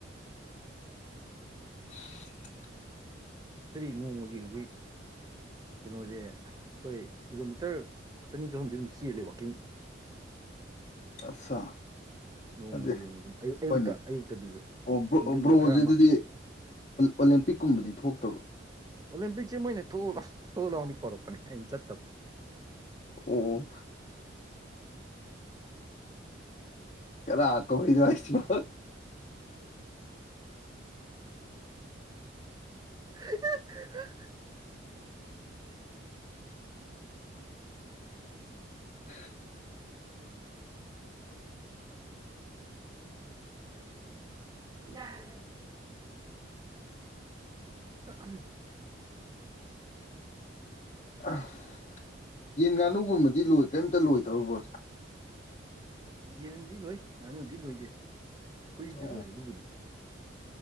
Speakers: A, on the left (about 35°); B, on the right (about 20°).
A: <inaudible>
B: ꯈꫭꯏꯗꯤ ꯅꯣꯡꯃꯒꯤ ꯍꯨꯖꯤꯛ ꯀꯩꯅꯣꯁꯦ ꯑꯩꯈꯣꯏ ꯀꯤꯂꯣꯃꯤꯇꯔ ꯆꯅꯤ ꯆꯍꯨꯝꯗꯤ ꯑꯗꯨꯝ ꯆꯦꯜꯂꯦ ꯋꯥꯛꯀꯤꯡ
A: ꯑꯞꯁꯥ
B: ꯅꯣꯡꯃꯒꯤ
A: ꯑꯗꯨꯗꯤ
B: ꯑꯣꯏꯅ ꯑꯗꯨꯝ ꯑꯌꯨꯛ ꯑꯌꯨꯛꯇ
A: ꯍꯣꯏꯅꯦ
B: ꯑꯌꯨꯛꯇꯗꯨꯁꯨ
A: ꯑꯣ
B: ꯅꯨꯡꯊꯤꯟꯗ
A: ꯕ꯭ꯔꯣꯁꯤ
B: ꯈꯔ ꯑꯃ
A: ꯑꯗꯨꯗꯤ ꯑꯣꯂꯦꯝꯄꯤꯛꯀꯨꯝꯕꯗꯤ ꯊꯣꯛꯇꯕ꯭ꯔꯣ
B: ꯑꯣꯂꯦꯝꯄꯤꯛꯁꯦ ꯃꯣꯏꯅ ꯊꯣꯛ ꯂꯥꯎ ꯊꯣꯛ ꯂꯥꯎꯗꯤ ꯀꯧꯔꯛꯄꯅꯦ ꯑꯩꯅ ꯆꯠꯇꯕ
A: ꯑꯣ ꯀꯅꯥ ꯀꯣꯔꯛ ꯏ ꯅꯣ ꯍꯥꯏꯁꯤꯕꯣ
B: <unintelligible>
A: <unintelligible>
B: <unintelligible> <unintelligible>
A: <unintelligible> ꯌꯦꯟ ꯉꯥꯅꯨꯒꯨꯝꯕꯗꯤ ꯂꯣꯏ ꯀꯔꯤꯝꯇ ꯂꯣꯏꯗꯕ꯭ꯔꯣ ꯕ꯭ꯔꫭꯖꯦ
B: ꯌꯦꯟꯗꯤ ꯂꯣꯏ ꯉꯥꯅꯨꯗꯤ ꯂꯣꯏꯗꯦ ꯍꯨꯏꯁꯨ
A: ꯑꯣ
B: ꯂꯣꯏ ꯑꯗꯨꯕꯨꯗꯤ